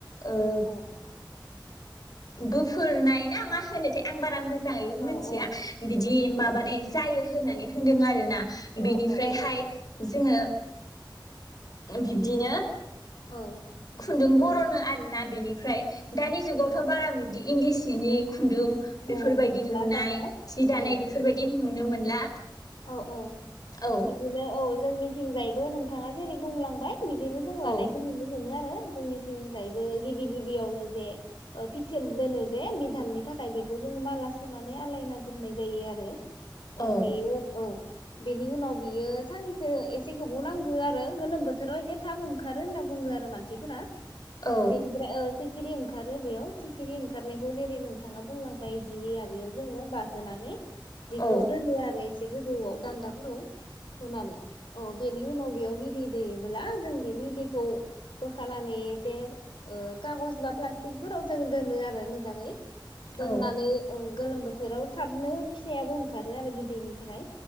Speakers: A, on the left (about 50°); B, on the left (about 85°).
A: ओ
B: औ
A: गोफुरनाय ना मा होनोथाय आं बारा मोजां जाङै
B: औ
A: मोनथिया
B: औ
A: बिदि
B: नंगौ
A: माबानाय जायो होनानै होनदों आरोना
B: औ
A: बिनिफ्रायहाय
B: औ
A: जोङो बिब्दिनो
B: औ नंगौ
A: खुन्दुं बर'नो आरो ना बेनिफ्राय दानि जुगाव
B: औ
A: थ बारा बिदि इन्दि सिनि खुन्दुं बेफोरबायदि
B: औ नुला
A: लुनाय
B: दानिया
A: सि दानाय
B: औ
A: बेफोरबायदि नुनो मोनला
B: औ औ
A: औ
B: बिदिनो औ जोंनिथिंजायबो नोंथाङा जेरै बुंलांबाय बिदिनो जों लानायखौ
A: औ
B: नुनो मोनो आरो आरो जोंनिथिंजायबो गिबि गिबियावनो जे ओ फिथोब दोनो जे बिधाननि थाखाय बेखौ जोङो माला सुनानै आलायना दोननाय जायो आरो अ
A: औ
B: बेयो औ बेनि उनाव बियो साननैसो एसे गोबाव नांगो आरो गोलोम बोथोराव एसे थाब ओंखारो होनना बुङो आरो मानसिफोरा
A: औ
B: बेनिफ्राय ओ सिखिरि ओंखारो बेयाव सिखिरि ओंखारनायखौ जेरै नोंथाङा बुंलां बाय जि आरियाव जोङो बा होनानै जिखौ
A: औ
B: दोनो आरो एसे गोजौआव दान्दाफोराव होननानै अ बेनि उनाव बेयाव बिदै दैयोब्ला जों बे बिदैखौ बोखानानै एसे ओ कागज बा प्लास्टिकफोराव जों दोनो आरो मोजाङै दोननानै
A: औ
B: उम गोलोम बोथोराव थाबनो फिसायाबो ओंखारो आरो बिदैनि ओमफ्राय